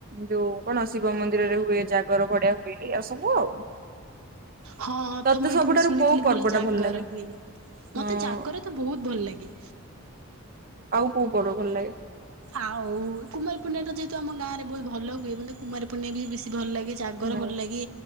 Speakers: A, on the right; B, on the right.
A: ଯୋଉ କଣ ଶିବ ମନ୍ଦିରରେ ହୁଏ ଜାଗର ଭଡିଆ ହୁଏ ଏଇଆ ସବୁ ଆଉ।
B: ହଁ
A: ତତେ
B: ତ ମୁଁ ଏଇଠି
A: ସବୁଠାରୁ
B: ମୁ ଶୁଣିଥିଲି
A: କୋଉ ପର୍ବ
B: ଭଲ ଜାଗର
A: ଟା ଲାଗେ
B: ହୁଏ
A: ହଁ
B: ମତେ ଜାଗର ତ ବହୁତ ଭଲ ଲାଗେ।
A: ପୁ ପଡ ଭଲ ଲାଗେ।
B: ଆଉ କୁମାରୀ ପୁଣ୍ଣି ଟା ଯେହେତୁ ଆମ ଗାଁ ରେ ବହୁତ ଭଲ ହୁଏ ମେ କୁମାର ପୁଣ୍ଣି୍ୟା ବି ବେଶୀ ଭଲ ଲାଗେ। ଜାଗର
A: ହୁଁ
B: ଭଲ ଲାଗେ।